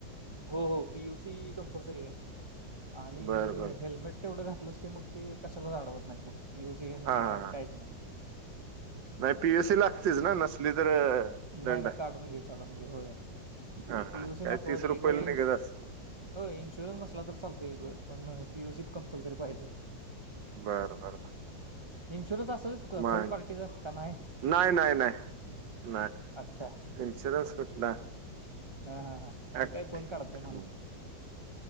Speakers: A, on the right; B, on the right.
A: हो पीयुसी कंपल्सरी आहे. आणि
B: बरं बर
A: हेल्मेट तेवढं घात की मग ते कशालाच आडवत नाहीत मग. युज ही नाही
B: हा हा
A: अन्
B: हा
A: काहीच नाही.
B: नाही पीएससी लागतेच ना नसली तर
A: नाही नाही
B: दंड
A: नाही काढून घे काढून घे होय
B: हाय
A: पीयूसी
B: काही
A: महत्वाचं
B: तीस
A: आहे
B: रुपयेला
A: एक वेळ इन्श
B: निघत अस
A: हो इन्शुरन्स <inaudible> पण पीयूसी कंपल्सरी पाहिजे.
B: बर बर
A: इन्शुरन्स असेलच
B: मग्
A: थर्ड पार्टीचा का नाही
B: नाही नाही नाही नाही
A: अच्छा
B: इन्शुरन्स कुठला.
A: हा हा हा
B: हो
A: ते काय कोण काढतय म्हणा